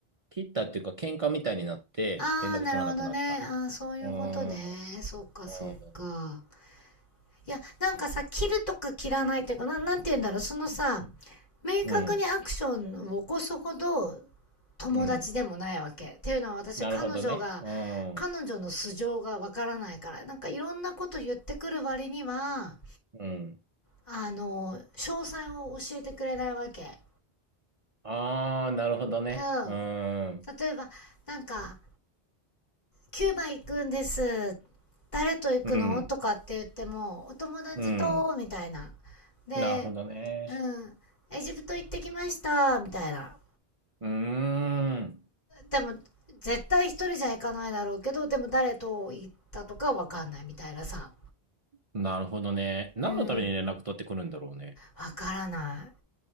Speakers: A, on the right; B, on the left.
A: 切ったっていうか、喧嘩みたいになって連絡取らなくなった。
B: ああ、なるほどね。ああ、そういうことね。
A: うーん。
B: そうか、
A: うん。
B: そうか。いや、なんかさ、切るとか切らないっていうか、な、なんて言うんだろう。そのさ、明確にアクションを起こすほど
A: うん。
B: 友達でもないわけ。
A: うん。
B: っていうのは私、
A: なるほどね。
B: 彼女が、
A: うん。
B: 彼女の素性がわからないから、なんかいろんなこと言ってくる割には、
A: うん。
B: あの、詳細を教えてくれないわけ。
A: ああ、なるほどね。
B: うん。
A: うん。
B: 例えば、なんか、キューバ行くんです。誰と行くのとかって言っても、
A: うん。
B: お友達と、
A: うん。
B: みたいな。で、
A: なるほどね。
B: うん、エジプト行ってきました、みたいな。
A: うーん。
B: でも、絶対一人じゃ行かないだろうけど、でも誰と行ったとかわかんないみたいなさ。
A: なるほどね。何のために連絡取ってくるんだろうね。
B: うん、わからない。